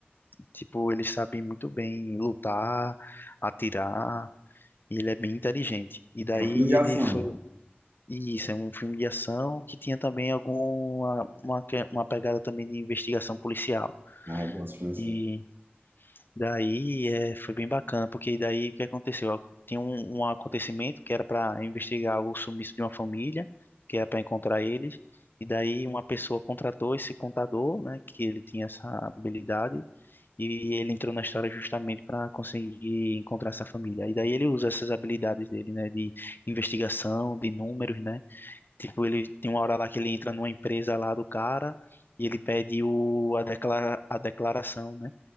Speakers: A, on the left; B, on the right.
A: Tipo, ele sabe muito bem lutar, atirar, e ele é bem inteligente. E daí
B: É um filme de ação.
A: ele foi E Isso, é um filme de ação que tinha também alguma uma, que- uma pegada também de investigação policial.
B: Ah, eu gosto de filme de
A: E
B: ação.
A: daí é, foi bem bacana, porque daí o que aconteceu? Ó, Tinha um, um acontecimento que era para investigar o sumiço de uma família, que era para encontrar eles. E daí uma pessoa contratou esse contador, né, que ele tinha essa habilidade, e ele entrou na história justamente para conseguir encontrar essa família. E daí ele usa essas habilidades dele, né, de investigação, de números, né? Tipo, ele tem uma hora lá que ele entra numa empresa lá do cara e ele pede o, a, declara, a declaração, né,